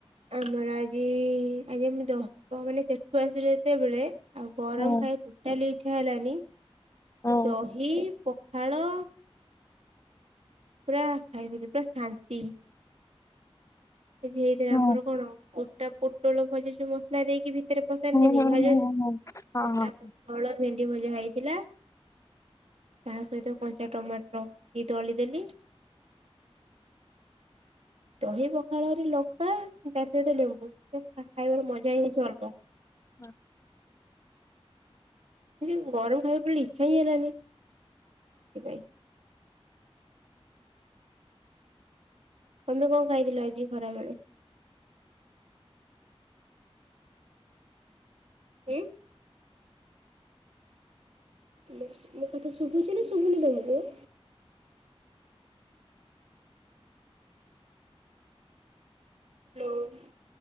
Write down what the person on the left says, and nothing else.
ହୁଁ
ହୁଁ
ହୁଁ
ହୁଁ ହୁଁ
ହୁଁ ହୁଁ ହଁ
ହଁ।
ହଁ।